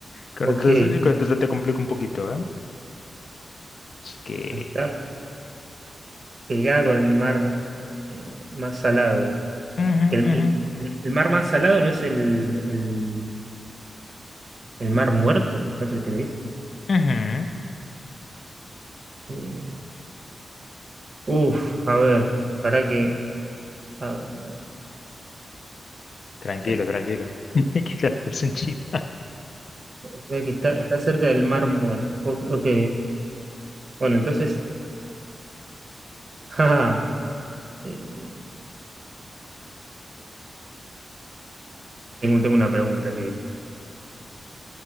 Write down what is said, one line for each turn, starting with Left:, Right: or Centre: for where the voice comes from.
Left: Con
Right: ok,
Left: esto, se con esto se te complica un poquito, ¿eh? Así que...
Right: a estar pegado al mar eh, más salado.
Left: ujú,
Right: Que el,
Left: ujú,
Right: el- el- mar más salado no es el, el- el mar muerto, no es el que le dicen.
Left: ujú.
Right: Eh, uf, a ver, para que. a ver, a ver,
Left: Tranquilo,
Right: o sea,
Left: tranquilo. <laughs> Que te la puse en China.
Right: o sea que está, está cerca del mar muerto. O- ok, bueno, entonces. <laughs> jaja, eh, tengo, tengo una pregunta que.